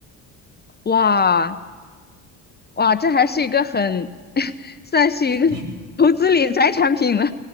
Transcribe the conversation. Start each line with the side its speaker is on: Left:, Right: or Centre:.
Left: 哇哇，这还是一个很
Right: 对，
Left: <laughs> 算是一个
Right: 啊，<laughs> 对，
Left: <laughs> 投资理财产品了，